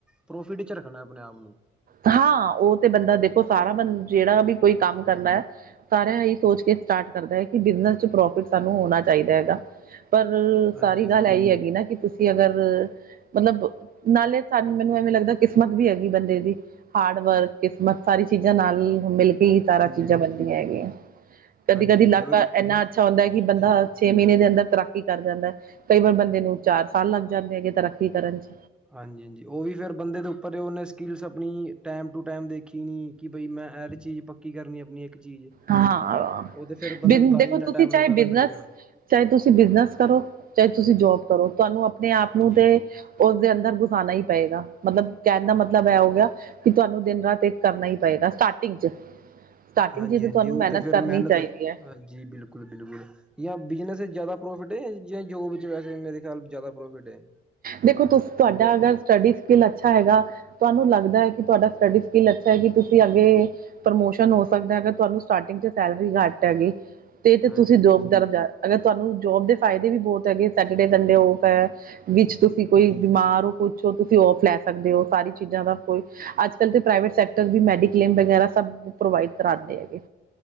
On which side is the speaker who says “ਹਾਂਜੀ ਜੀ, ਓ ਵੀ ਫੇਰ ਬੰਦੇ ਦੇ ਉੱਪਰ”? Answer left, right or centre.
Centre